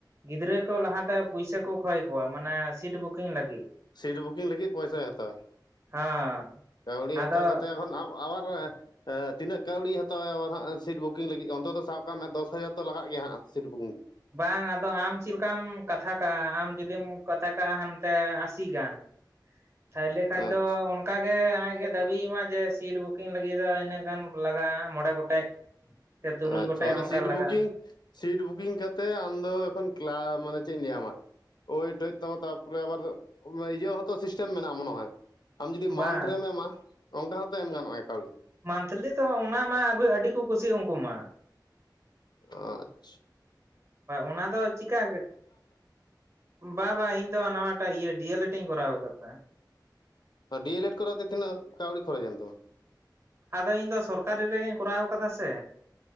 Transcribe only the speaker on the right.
ᱜᱤᱫᱽᱨᱟᱹ ᱠᱚ ᱞᱟᱦᱟᱛᱮ ᱯᱩᱭᱥᱟᱹ ᱠᱚ ᱠᱷᱚᱭ ᱠᱚᱣᱟ ᱢᱟᱱᱮ ᱥᱤᱴ ᱵᱩᱠᱤᱝ ᱞᱟᱹᱜᱤᱫ
ᱦᱮᱸ
ᱟᱫᱚ
ᱵᱟᱝ ᱟᱫᱚ ᱟᱢ ᱪᱮᱫ ᱞᱮᱠᱟᱢ ᱠᱟᱛᱷᱟ ᱠᱟᱜᱼᱟ ᱟᱢ ᱡᱩᱫᱤᱢ ᱠᱟᱛᱷᱟ ᱠᱟᱜᱼᱟ ᱦᱟᱱᱛᱮ ᱟᱥᱤ ᱜᱟᱱ ᱛᱷᱟᱭᱞᱮ ᱠᱷᱟᱱᱡ
ᱫᱚ ᱚᱱᱠᱟ ᱜᱮ ᱟᱡ ᱮ ᱫᱟᱹᱵᱤᱭ ᱢᱟ ᱡᱮ ᱥᱤᱴ ᱵᱩᱠᱤᱝ ᱞᱟᱹᱜᱤᱫ ᱫᱚ ᱤᱱᱟᱹᱜ ᱜᱟᱱ ᱞᱟᱜᱟᱜᱼᱟ ᱢᱚᱬᱮ ᱜᱚᱴᱮᱡ ᱥᱮ ᱛᱩᱨᱩᱭ
ᱜᱚᱴᱮᱡ
ᱚᱱᱠᱟ
ᱞᱟᱜᱟᱜᱼᱟ
ᱵᱟᱝ
ᱢᱟᱱᱛᱷᱞᱤ ᱛᱚ ᱚᱱᱟ ᱢᱟ ᱟᱹᱜᱩᱭ ᱟᱹᱰᱤ ᱠᱚ ᱠᱩᱥᱤᱭᱟᱜᱼᱟ ᱩᱱᱠᱩ ᱢᱟ
ᱚᱱᱟ ᱫᱚ ᱪᱤᱠᱟᱹ ᱵᱟᱵᱟ ᱤᱧ ᱫᱚ ᱱᱟᱣᱟᱴᱟᱜ ᱤᱭᱟᱹ ᱰᱤᱹᱮᱞᱹᱮᱰ ᱤᱧ ᱠᱚᱨᱟᱣ ᱟᱠᱟᱫ ᱛᱟᱦᱮᱫ
ᱟᱫᱚ ᱤᱧ ᱫᱚ ᱥᱚᱨᱠᱟᱨᱤ ᱨᱮᱜᱤᱧ ᱠᱚᱨᱟᱣ ᱠᱟᱫᱟ ᱥᱮ